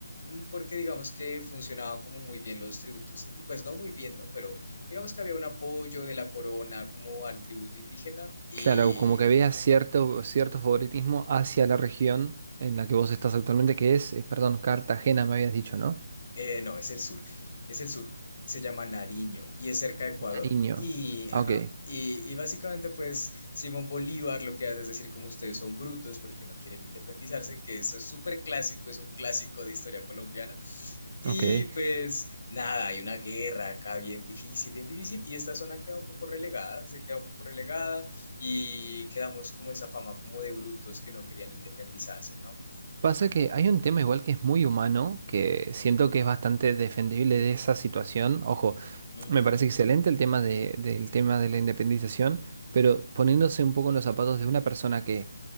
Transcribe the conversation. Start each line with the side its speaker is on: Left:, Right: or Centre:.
Left: mm, porque digamos que funcionaban como muy bien los tributos, indi- pues no muy bien, ¿no? Pero digamos que había un apoyo de la corona como al tributo indígena y
Right: Claro, como que había cierto, cierto favoritismo hacia la región en la que vos estás actualmente, que es, eh, perdón, Cartagena, me habías dicho, ¿no?
Left: Eh, no, es el sur. Es el sur. Se llama Nariño y es cerca de Ecuador.
Right: Nariño.
Left: Y, ajá,
Right: Ah, ok,
Left: y, y básicamente, pues, Simón Bolívar lo que hace es decir como ustedes son brutos porque no quieren independizarse, que eso es súper clásico, es un clásico de historia colombiana. Y
Right: ok.
Left: pues, nada, hay una guerra acá bien difícil, bien difícil. Y esta zona queda un poco relegada, se queda un poco relegada y quedamos como esa fama como de brutos que no querían independizarse, ¿no?
Right: Pasa que hay un tema igual que es muy humano, que siento que es bastante defendible de esa situación. Ojo,
Left: Ujú.
Right: me parece excelente el tema de- del tema de la independización, pero poniéndose un poco en los zapatos de una persona que